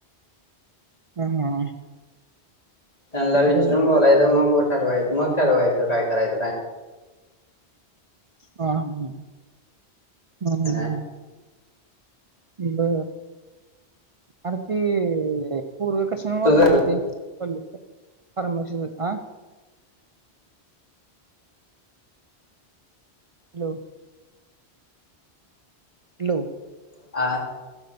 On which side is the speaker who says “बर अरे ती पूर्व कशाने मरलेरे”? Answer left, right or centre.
Right